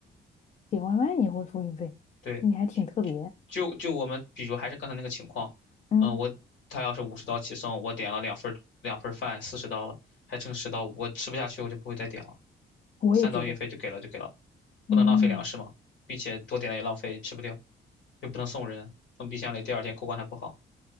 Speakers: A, on the left; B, on the left.
A: 点外卖你会付运费，
B: 对，
A: 你还挺特别。
B: 就就我们比如还是刚才那个情况，
A: 嗯
B: 嗯，我他要是五十刀起送，我点了两份儿两份儿饭，四十刀了，还剩十刀，我吃不下去我就不会再点了，
A: 我也觉得，
B: 三刀运费就给了就给了，
A: 嗯，
B: 不能浪费粮食嘛，并且多点了也浪费，吃不掉，又不能送人，放冰箱里第二天口感还不好。